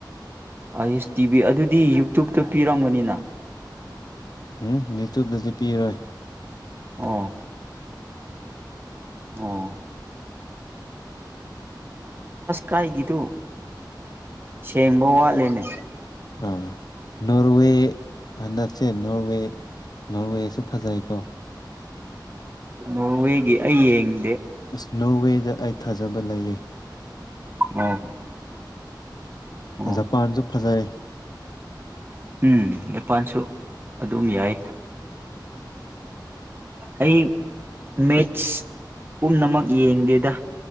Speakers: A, on the right (about 30°); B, on the left (about 60°).
A: ꯑꯥꯏ꯭ꯁ ꯇꯤꯚꯤ ꯑꯗꯨꯗꯤ ꯌꯨꯇꯨꯕꯇ ꯄꯤꯔꯝꯒꯅꯤꯅ꯫
B: ꯎꯝ ꯌꯨꯇꯨꯕꯇꯗꯤ ꯄꯤꯔꯣꯏ꯫
A: ꯑꯣ꯫ ꯑꯣ꯫ ꯀꯥꯏꯒꯤꯗꯨ ꯁꯦꯡꯕ ꯋꯥꯠꯂꯤꯅꯦ꯫
B: ꯑꯥ ꯅꯣꯔꯋꯦ ꯍꯟꯗꯛꯆꯦ ꯅꯣꯔꯋꯦ ꯅꯣꯔꯋꯦꯁꯨ꯫ ꯐꯖꯩꯀꯣ꯫
A: ꯅꯣꯔꯋꯦꯒꯤ ꯑꯩ ꯌꯦꯡꯗꯦ꯫
B: ꯑꯁ ꯅꯣꯔꯋꯦꯗ ꯑꯩ ꯊꯥꯖꯕ ꯂꯩꯌꯦ꯫
A: ꯑꯣ꯫ ꯑꯣ
B: ꯖꯄꯥꯟꯁꯨ ꯐꯖꯩ꯫
A: ꯎꯝ ꯅꯤꯄꯥꯜꯁꯨ ꯑꯗꯨꯝ ꯌꯥꯏ ꯑꯩ ꯃꯦꯠꯁ ꯄꯨꯝꯅꯃꯛ ꯌꯦꯡꯗꯦꯗ